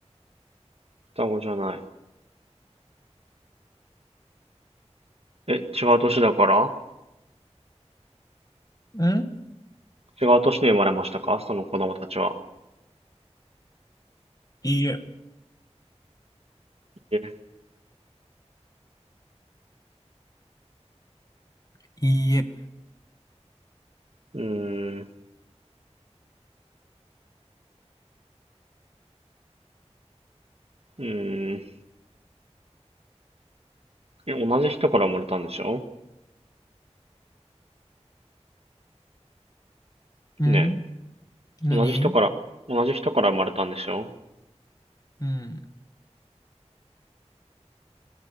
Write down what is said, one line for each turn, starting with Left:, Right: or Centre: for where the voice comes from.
Right: 双子じゃない。え、違う年だから
Left: ん
Right: 違う年に生まれましたかその子供たちは。
Left: いいえ。
Right: え、
Left: いいえ。
Right: うーん、うーん。え、同じ人から生まれたんでしょ
Left: ん
Right: ね
Left: 何
Right: え、同じ人から、同じ人から生まれたんでしょ
Left: うん。